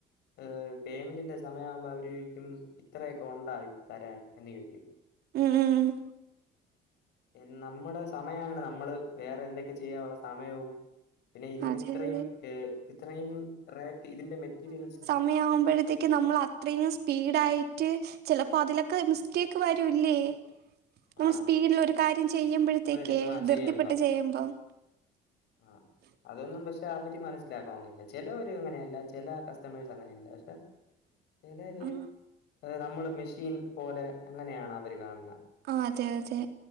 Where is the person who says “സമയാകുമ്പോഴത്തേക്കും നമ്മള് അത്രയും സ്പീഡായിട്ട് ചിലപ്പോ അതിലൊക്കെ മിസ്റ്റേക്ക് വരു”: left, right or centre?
Right